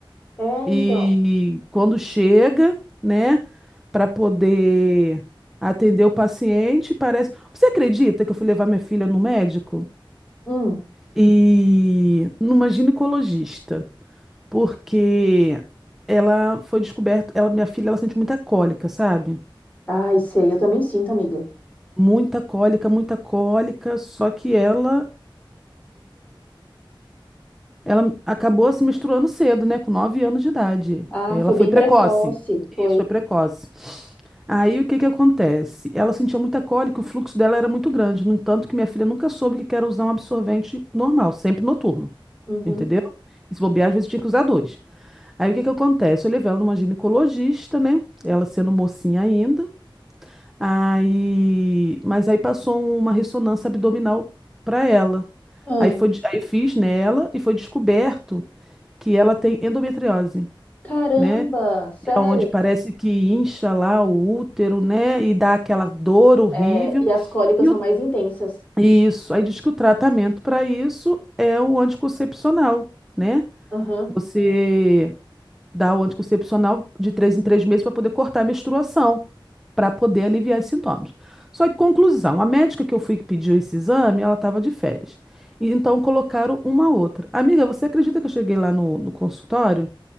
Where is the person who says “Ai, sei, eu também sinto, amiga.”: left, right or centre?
Left